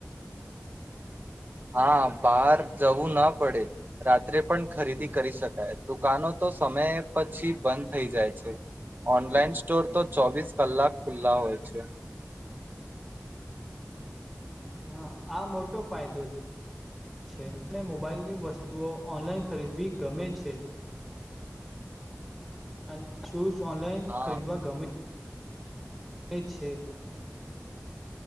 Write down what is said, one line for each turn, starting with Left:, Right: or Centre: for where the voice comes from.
Right: હા બહાર જવું ના પડે, રાત્રે પણ ખરીદી કરી શકાય. દુકાનો તો સમય પછી બંધ થઈ જાય છે. ઓનલાઈન સ્ટોર તો ચોવીસ કલાક ખુલ્લા હોય છે.
Centre: હા આ મોટો ફાયદો <unintelligible> છે. અને મોબાઈલની વસ્તુઓ ઓનલાઈન ખરીદવી ગમે છે. અને શુંઝ ઓનલાઈન
Right: હા
Centre: ખરીદવા ગમે હ <inaudible> છે